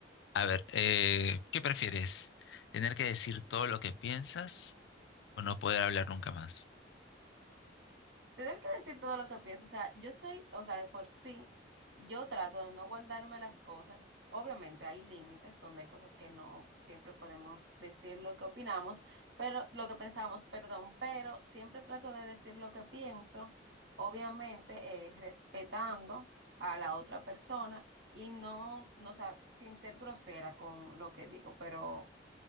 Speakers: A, on the left; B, on the right.
A: A ver, eh, ¿qué prefieres? ¿Tener que decir todo lo que piensas o no poder hablar nunca más?
B: Tener que decir todo lo que pienso, o sea, yo soy, o sea, de por sí, yo trato de no guardarme las cosas. Obviamente hay límites donde hay cosas que no siempre podemos decir lo que opinamos, pero lo que pensamos, perdón, pero siempre trato de decir lo que pienso, obviamente eh, respetando a la otra persona y no, no, o sea, sin ser grosera con lo que digo, pero